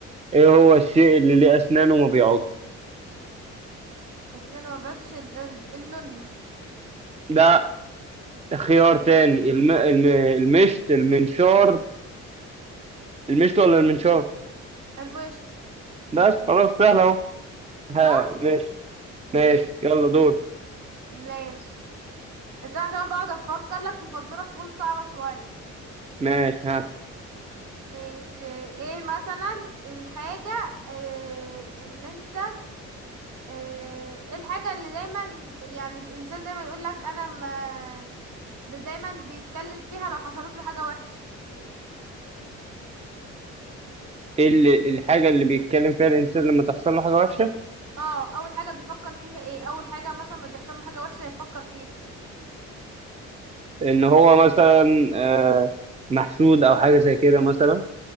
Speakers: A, on the right; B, on the right.
A: ايه هو الشيء اللي ليه اسنان وما بيعض
B: اسنان ما بعدش ال... ال... النونة
A: ده خيار
B: الم-
A: تاني الم... الم... المشت المنشار المشت ولا المنشار
B: المشط
A: بس خلاص سهل اهو
B: صح
A: ها ماشي ماشي
B: ماشي
A: يلا دور
B: ماشي بس أنا عشان بقعد افكر لك في فزورة تكون صعبة شوية
A: ماشي ها
B: مش ايه مثلا الحاجة إيه اللي انت ايه إيه الحاجة اللي دايما يعني الانسان دايما يقول لك انا ما ب- دايما بيتكلم فيها لو حصلت له حاجة وحشة
A: ايه اللي الحاجة اللي بيتكلم فيها الإنسان لما تحصل له حاجة وحشة
B: اه اول حاجة بيفكر فيها ايه اول حاجة مثلا ما بيحصل له حاجة وحشة يفكر فيها
A: إن هو مثلا آه محسود أو حاجة زي كده مثلا